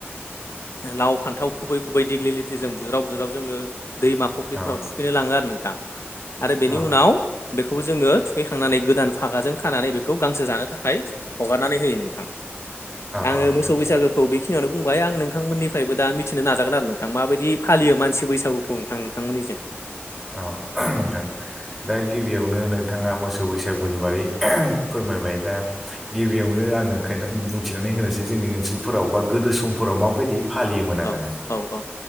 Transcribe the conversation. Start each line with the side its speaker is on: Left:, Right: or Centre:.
Left: लाव फान्थाव खुबै खुबै दिग्लि लिथि जों बुज्राव बुज्राव जोङो दैमा
Centre: औ
Left: फख्रिफोराव थुखैनो लाङो आरो नों थां आरो बेनि
Centre: औ
Left: उनाव बेखौबो जोङो थुखैखांनानै गोदान फागाजों खानानै बेखौ गांसो जानो थाखाय हगारनानै होयो नों थां आङो
Centre: औ नोंथां
Left: मोसौ बैसागोखौ बेखिनियावनो बुंबाय आं नोंथांमोननिफ्रायबो दा मिथिनो नाजागोन आरो ना माबायदि फालियो मानसि बैसागुखौ नोंथां नोंथांमोननिजों
Centre: औ नोंथां दा गिबियावनो नोंथाङा मोसौ बैसागुनि बारै फोरमायबाय दा गिबियावनो आङो खोनथा बुंथिनानै होनोसै जोंनि ओनसोलफोराव बा गोदो समफोराव माबायदि फालियोमोन आरोना
Left: औ औ औ